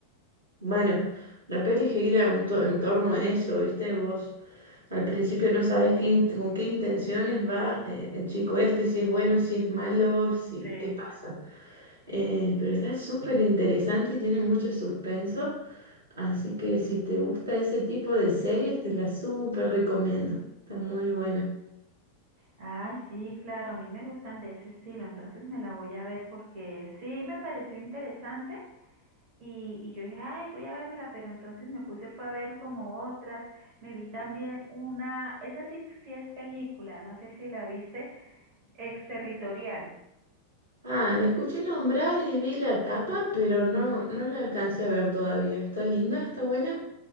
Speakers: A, on the right (about 75°); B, on the right (about 45°).
A: bueno, la peli gira un to- en torno a eso, ¿viste? Vos al principio no sabes qué in- con qué intenciones va eh, el chico este, si es bueno, si es malo, si
B: Sí.
A: qué pasa. Eh, pero está súper interesante y tiene mucho suspenso. Así que si te gusta ese tipo de series, te la súper recomiendo. Está muy buena.
B: Ah, sí, claro, a mí me gustan de ese estilo, entonces me la voy a ver porque sí me pareció interesante y, y yo dije, ay, voy a vérmela, pero entonces me puse fue a ver como otras, me vi también una, esa sí, sí es película, no sé si la viste, Exterritorial.
A: Ah, la escuché nombrar y vi la tapa, pero no, no la alcancé a ver todavía. ¿Está linda? ¿Está buena?